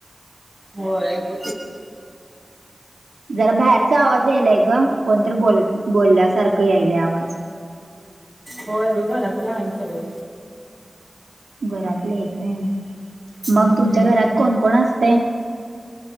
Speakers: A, on the right; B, on the right.
A: हो त.
B: जरा बाहेरचा आवाज यायलाय ग कोणतरी बोल बोलल्यासारखं यायलय आवाज
A: होय बघ घरातल्या आहे सगळे.
B: घरातले येतय
A: हम्म
B: मग तुमच्या घरात कोण कोण असते.